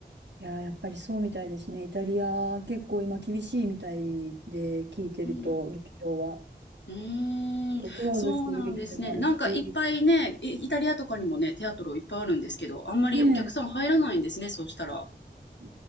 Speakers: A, on the right; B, on the left.
A: いやー、やっぱりそうみたいですね。イタリア、結構今厳しいみたいで聞いてると、
B: うん。
A: 劇場は。
B: うーん、
A: 結構クローズしてる劇場もあるし、
B: そうなんですね。なんかいっぱいね、イイタリアとかにもね、テアトロいっぱいあるんですけど、あんまりお客さん入らないんですね、
A: ねえ、
B: そうしたら。
A: う